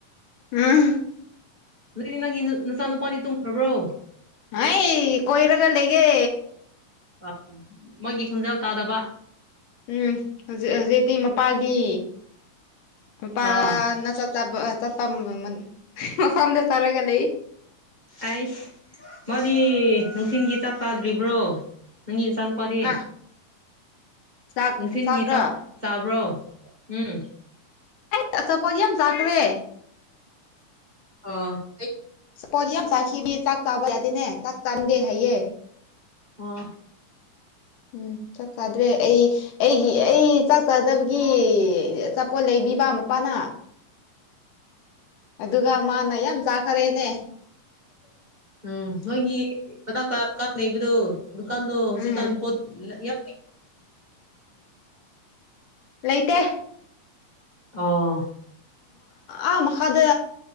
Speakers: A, on the left; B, on the right.
A: ꯎꯝ
B: ꯑꯗꯨꯏꯗꯤ ꯅꯪꯒꯤ ꯅꯆꯥ ꯅꯨꯄꯥꯅꯤ ꯇꯨꯝꯈꯕ꯭ꯔꯣ
A: ꯑꯩ ꯀꯣꯏꯔꯒ ꯂꯩꯒꯦ
B: ꯑ ꯃꯥꯒꯤ ꯈꯣꯟꯖꯥ ꯇꯥꯗꯕ
A: ꯎꯝ ꯍꯧꯖꯤꯛ ꯍꯧꯖꯤꯛꯇꯤ ꯃꯄꯥꯒꯤ ꯃꯄꯥꯅ
B: ꯑꯥ
A: ꯆ ꯆꯕ ꯆ ꯇ ꯃ ꯃꯄꯥꯝꯗ ꯆꯔꯒꯦ ꯂꯩ
B: ꯑꯩꯁ ꯃꯥꯗꯤ ꯅꯨꯡꯊꯤꯟꯜꯒꯤ ꯆꯥꯛ ꯆꯥꯗ꯭ꯔꯤꯕ꯭ꯔꯣ ꯅꯪꯒꯤ ꯏꯆꯥꯅꯨꯄꯥꯗꯤ
A: ꯍꯥ ꯆꯥꯛ
B: ꯅꯨꯡꯊꯤꯜꯒꯤ
A: ꯆꯥꯛꯔꯣ
B: ꯆꯥꯕ꯭ꯔꯣ ꯎꯝ
A: ꯑꯩ ꯑꯆꯥꯄꯣꯠꯗꯤ ꯌꯥꯝ ꯆꯥꯈ꯭ꯔꯦ
B: ꯑ
A: ꯄꯣꯂꯤꯌꯝ ꯆꯥ ꯆꯥꯛ ꯆꯥꯕ ꯌꯥꯗꯦꯅꯦ ꯆꯥꯛ ꯆꯥꯟꯗꯦ ꯍꯥꯏꯌꯦ
B: ꯑꯣ
A: ꯎꯝ ꯆꯗ꯭ꯔꯦ ꯑꯩ ꯑꯩꯒꯤ ꯑꯩ ꯆꯥꯛ ꯆꯥꯗꯕꯒꯤ ꯑꯆꯥꯄꯣꯠ ꯂꯩꯕꯤꯕ ꯃꯥ ꯃꯄꯥꯅ ꯑꯗꯨꯒ ꯃꯥꯅ ꯌꯥꯝ ꯆꯥꯈꯔꯦꯅꯦ
B: ꯎꯝ ꯅꯣꯏꯒꯤ ꯃꯅꯥꯛꯄ ꯗꯨꯀꯥꯟ ꯂꯩꯕꯗꯣ ꯗꯨꯀꯥꯟꯗ
A: ꯎꯝ
B: ꯍꯧꯖꯤꯛꯀꯥꯟ ꯄꯣꯠ ꯌꯥ
A: ꯂꯩꯇꯦ
B: ꯑꯣ
A: ꯑꯥ ꯃꯈꯥꯗ